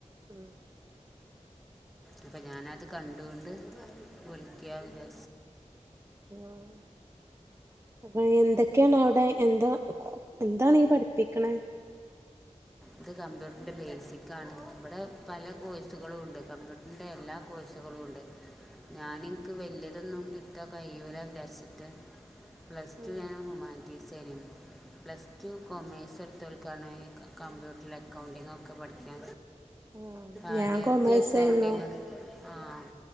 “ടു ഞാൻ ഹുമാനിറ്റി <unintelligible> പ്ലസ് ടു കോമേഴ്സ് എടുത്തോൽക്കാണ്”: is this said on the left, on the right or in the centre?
Centre